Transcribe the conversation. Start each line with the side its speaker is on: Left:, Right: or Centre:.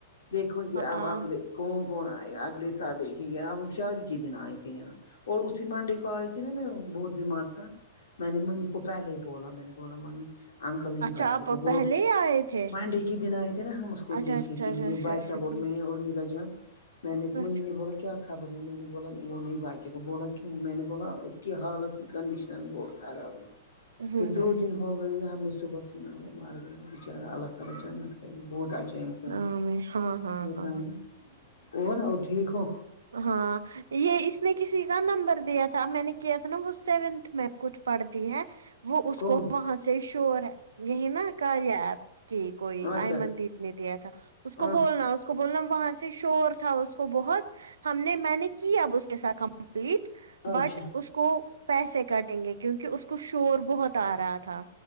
Left: دیکھو گے اب
Right: ہاں
Left: اگے کون کون آئے اگلے سال دیکھے گیاکاری کے دن آئے تھے یہاں اور اسی مانڈے کو آئی تھی نا میں بہت بیمار تھا میں نے ممی کو پہلے ہی بولا میں نے بولا ممی ا انکل نہیں
Right: اچھا
Left: بائیچی
Right: آپ
Left: کو وہ
Right: پہلے ہی آئے تھے
Left: مانڈے کے دن آئے تھے نا ہم اس کو
Right: اچھا
Left: دیکھنے
Right: اچھا
Left: کے
Right: اچھا
Left: لیے
Right: اچھا
Left: بھائی
Right: اچھا
Left: صاحب اور
Right: ٹھیک
Left: میں اور ندا جان میں نے ممی
Right: اچھا
Left: نے بولا کیا خبر ہے میں نے بولا وہ نہیں باجی بولا کیوں میں نے بولا اس کی حالت ہی کنڈیشنر بہت خراب ہے
Right: ہوں
Left: پھر دو
Right: ہوں
Left: دن
Right: ہوں
Left: ہو ہم نے صبح سنا وہ مار گیا بچارا اللہ تعالی جنت کری بہت اچھا
Right: ہاں
Left: تھا
Right: میں ہاں ہاں
Left: وہ
Right: ہاں
Left: تھا نا وہ ن وہ ٹھیک ہو
Right: ہاں یہ اس میں کسی کا نمبر دیا تھا میں نے کیا تھا نا وہ سیونتھ میں کچھ پڑھتی ہے وہ اس
Left: کون
Right: کو وہاں سے شور ہے یہی نا کاریا ایپ کہ کوئی
Left: اچھا
Right: آئی مدت نے دیا تھا اس کو
Left: ہاں
Right: بولنا اس کو بولنا وہاں سے شور تھا کو بہت ہم نے میں نے کی اب اس کے ساتھ کمپلیٹ بٹ
Left: اچھا
Right: اس کو پیسے کاٹیں گے کیونکہ اس کو شور بہت آ رہا تھا